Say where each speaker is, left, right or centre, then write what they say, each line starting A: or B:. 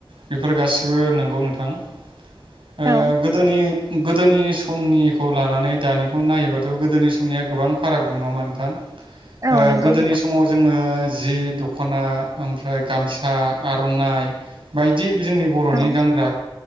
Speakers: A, on the right; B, on the right.
A: बेफोर गासिबो नंगौ नोंथां। ओ
B: औ
A: गोदोनि। गोदोनि समनिखौ लानानै दानिखौ नायोबाथ' गोदोनि समनिया गोबां फाराग दं नाङाहोमबा नोंथां। ओ
B: औ नंगौ
A: गोदोनि
B: नोंथां
A: समाव जोंङो। जि दखना ओमफ्राय गामसा आरनाइ बायदि। जोंनि बरनि
B: औ
A: गानग्रा